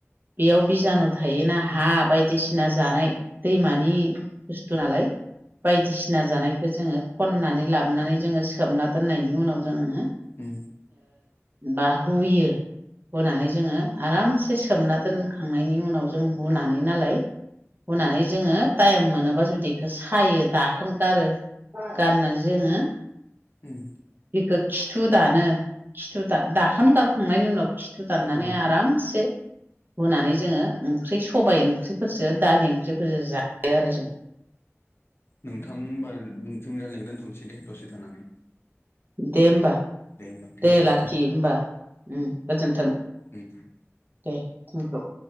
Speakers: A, on the right (about 45°); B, on the left (about 55°).
A: बेयाव बिजानु थायोना हा बायदिसिना जानाय दैमानि बुस्थु नालाय बायदिसिना जानायखौ जोंङो खननानै लाबोनानै जोंङो सोमना दोननायनि उनाव जोंङो
B: उम
A: बा हुयो होनानै जोंङो आरामसे सोमना दोनखांनायनि उनाव जों हुनानै नालाय हुनानै जोंङो टाइम मोनोबा जुदि बेखौ सायो । दाखोन गारो गारनानै जोंङो
B: उम
A: बेखो खिथु दानो खिथु दाखोन गारखांनायनि उनाव खिथु दाननानै
B: अ
A: आरामसे हुनानै जोंङो ओंख्रि सबाय ओंख्रिफोरजों दालि ओंख्रिफोरजों जायो आरो जों <inaudible>
B: नोंथां होनबा जोंनि रायज्लायखौ दोनथनोसै दे दसे थानानै
A: दे होमबा
B: होमबा थेंक
A: दे
B: इउ
A: लाखि होमबा उम गोजोनथों
B: उम
A: दे <unintelligible>